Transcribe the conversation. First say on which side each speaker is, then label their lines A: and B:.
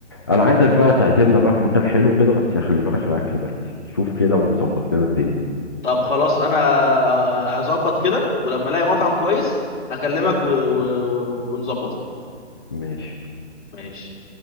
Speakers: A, on the left; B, on the left.
A: انا عايزك بقى تعزمنا بقى في مكان حلو كده بس خلي بالك على اكل بلدي شوف كده وظبط لنا الدنيا
B: طب خلاص انا هظبط كده ولما الاقي مطعم كويس هكلمك و... و... و... ونظبطها
A: ماشي
B: ماشي